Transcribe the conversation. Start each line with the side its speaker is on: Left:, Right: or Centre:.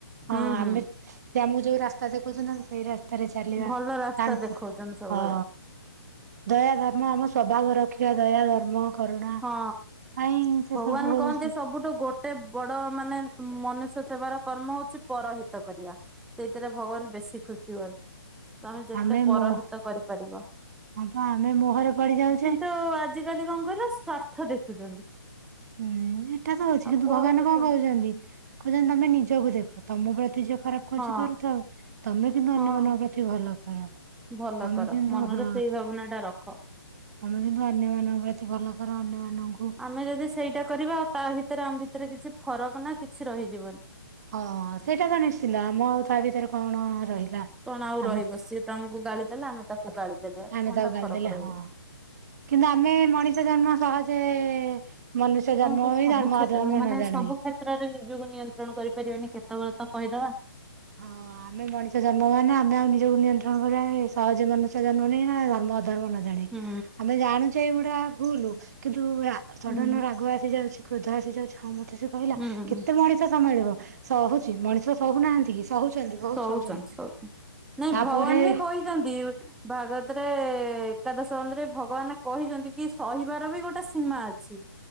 Right: ହଁ
Centre: ହୁଁ
Right: ଆମେ
Centre: ହୁଁ
Right: ସେ ଆମକୁ ଯୋଉ ରାସ୍ତା ଦେଖୁଛନ୍ତି ଆ ସେଇ ରାସ୍ତା ଚାଲିବା
Centre: ଭଲ ରାସ୍ତା
Right: ତାଙ୍କୁ
Centre: ଦେଖଉଛନ୍ତି ସବୁବେଳେ
Right: ହଁ ଦୟା ଭାବନା ଆମ ସ୍ୱଭାବର ସେଖିବି ଦୟା ଧର୍ମ କରୁଣା
Centre: ହଁ
Right: କାହିଁ ସେ
Centre: ଭଗବାନ
Right: ସବୁ ହଉଛି
Centre: କହନ୍ତି ସବୁଠୁ ଗୋଟେ ବଡ ମାନେ ମନୁଷ୍ୟ ସେବାର କର୍ମ ହଉଛି ପରହିତ କରିବା ସେଇଥିରେ ଭଗବାନ ବେଶୀ ଖୁସି ହୁଅନ୍ତି। ତମେ ଯେତେ
Right: ଆମେ
Centre: ପରହିତ
Right: ମୋହ
Centre: କରିପାରିବ।
Right: ହଁ ପା ଆମେ ମୋହରେ ପଡି ଯାଉଛେ
Centre: କିନ୍ତୁ ଆଜିକାଲି କଣ କହିଲ ସ୍ଵାର୍ଥ ଦେଖୁଛନ୍ତି।
Right: ହୁଁ ଏଇଟା ତ ହଉଛି
Centre: ଆଉ
Right: କିନ୍ତୁ
Centre: ପରହିତ
Right: ଭଗବାନ କଣ କହୁଛନ୍ତି କହୁଛନ୍ତି ତମେ ନିଜକୁ ଦେଖ ତମ ପ୍ରତି ଯେ ଖରାପ କରଛି
Centre: ହଁ
Right: କରୁଥାଉ ତମେ କିନ୍ତୁ
Centre: ହଁ।
Right: ଅନ୍ୟମାନଙ୍କ ପ୍ରତି ଭଲ କର।
Centre: ଭଲ
Right: ତମେ
Centre: କର
Right: କିନ୍ତୁ
Centre: ମନରେ
Right: ହଁ
Centre: ସେଇ ଭାବନା ଟା ରଖ।
Right: ତମେ କିନ୍ତୁ ଅନ୍ୟ ମାନଙ୍କ ପ୍ରତି ଭଲ କର ଅନ୍ୟ ମାନଙ୍କୁ
Centre: ଆମେ ଯଦି ସେଇଟା କରିବା ଆଉ ତା ଭିତରେ ଆମ ଭିତରେ କିଛି ଫରକ ନା କିଛି ରହିଯିବନି।
Right: ହଁ ସେଇଟା ତ ନିଶ୍ଚିନ୍ତ ଆମ ଆଉ ତା ଭିତରେ କଣ ରହିଲା
Centre: କଣ ଆଉ
Right: ଆମେ
Centre: ରହିବ ସିଏ ତମକୁ ଗାଳି ଦେଲେ ଆମେ ତାକୁ ଗାଳି ଦେଲେ
Right: ଆମେ
Centre: କଣଟା
Right: ତାକୁ ଗାଲି
Centre: ଫରକ
Right: ଦେଲେ
Centre: ରହିବ।
Right: ହଁ କିନ୍ତୁ ଆମେ ମଣିଷ ଜନ୍ମ ସହଜେ ମନୁଷ୍ୟ ଜନ୍ମ
Centre: କଣ କ
Right: ହୋଇ
Centre: ସବୁ
Right: ଧର୍ମ ଅଧର୍ମ
Centre: ମାନେ
Right: ନ ଜାଣି
Centre: ସବୁ କ୍ଷେତ୍ରରେ ନିଜକୁ ନିୟନ୍ତ୍ରଣ କରିପାରିବେନି କେତେ କେତେବେଳେ ତ କହିଦବା।
Right: ହଁ ଆମେ ମଣିଷ ଜନ୍ମ ମାନେ ଆମେ ଆଉ ନିଜକୁ ନିୟନ୍ତ୍ରଣ କରିବା ସହଜ ଜନ୍ମ ନ ନା ଧର୍ମ ଅଧର୍ମ ନ ଜାଣେ
Centre: ହୁଁ
Right: ଆମେ ଜାଣୁଛେ ଏଇଗୁଡା ଭୁଲୁ କି ତୁ ସଡ଼ନ
Centre: ହୁଁ
Right: ରାଗ ଆସିଯାଉଛି କ୍ରୋଧ ଆସିଯାଉଛି ହଁ ମୋତେ ସେ କହିଲା
Centre: ହୁଁ
Right: କେତେ ମଣିଷ ସମ୍ଭାଳିବ। ସହୁଛି ମଣିଷ ଶହୁନାହାନ୍ତି କି। ସହୁଛନ୍ତି ବହୁତ
Centre: ଶଉଛନ୍ତି
Right: ସହୁଛନ୍ତି
Centre: ଶଉଛନ୍ତି ନାଇଁ
Right: ତାପରେ
Centre: ଭଗବାନ ବି କହିଛନ୍ତି ଭାଗବତରେ ଏକାଦଶ <unintelligible> ରେ ଭଗବାନ କହିଛନ୍ତି କି ସହିବାର ବି ଗୋଟେ ସୀମା ଅଛି।